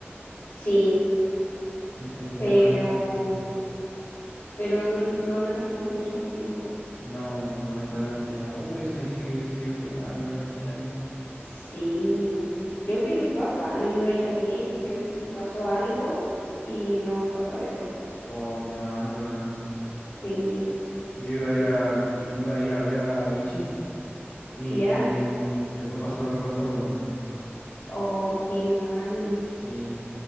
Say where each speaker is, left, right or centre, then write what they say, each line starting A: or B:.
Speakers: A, on the left; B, on the left.
A: Sí,
B: definitivamente.
A: pero... Pero no, no nacimos en esos tiempos.
B: No, lamentablemente no. uy eso sí sí que hubiese sido genial, weón, imagínate.
A: Sí, creo que mi papá lo iba a ir a ver y creo y pasó algo y no fue a verlo.
B: Oh, qué mal, weón.
A: Sí,
B: Yo iba a ir a, i- iba a ir a ver a Vichy y
A: ¿ya?
B: después pasó lo que pasó, weón.
A: Oh, qué mal.
B: Sí,